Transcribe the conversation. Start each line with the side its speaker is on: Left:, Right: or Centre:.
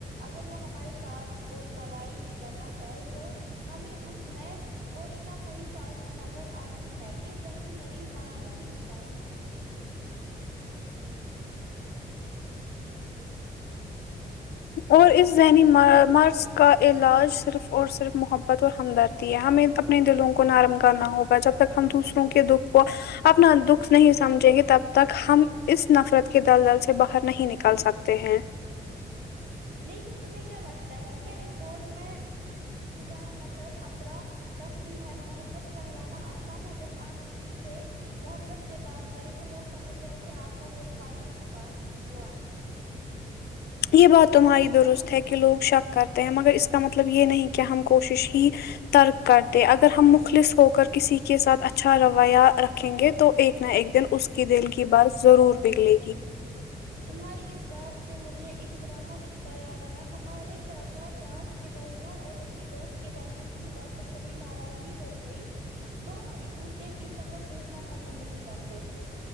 Right: اگر وہ ہمارے ساتھ کوئی بھلائی بھی کرنا چاہے تو ہمیں اس میں کوئی نہ کوئی سازش نظر آتی ہے یہ ذہنی مریض بنانے کی نشانی ہے
Left: اور اس ذہنی م مرض کا علاج صرف اور صرف محبت اور ہمدرد ہمیں اپنے دلوں کو نرم کرنا ہوگا جب تک ہم دوسروں کے دکھ کو اپنا دکھ نہیں سمجھیں گے تب تک ہم اس نفرت کے دل دل سے باہر نہیں نکل سک تے ہیں
Right: لیکن تمہیں کیا لگتا ہے کیا اس دور میں جہاں ہر طرف افرا تفریح ہے محبت پھیلانا آسان ہے جب آپ کسی سے محبت سے بات کریں تو لوگ سمجھتے ہیں کہ آپ کا کوئی فائدہ چھپا ہے ہوا ہے
Left: یہ بات تمہاری درست ہے کہ لوگ شک کرتے ہیں مگر اس کا مطلب یہ نہیں کہ ہم کوشش ہی ترک کرتےاگر ہم مخلص ہو کر کسی کے ساتھ اچھا رویہ رکھیں گے تو ایک نا ایک دن اس کی دل کی بات ضرور پگھلے گی
Right: تمہاری اس بات سے مجھے ایک پرانا قصہ یاد آیا ہمارے چاچا جان کے درمیان اور ان کے دوست کے درمیان کسی بات پر شدید ناراضگی ہو گئی دونوں ایک دوسرے کی شکل دیکھنا پسند نہیں کرتے تھے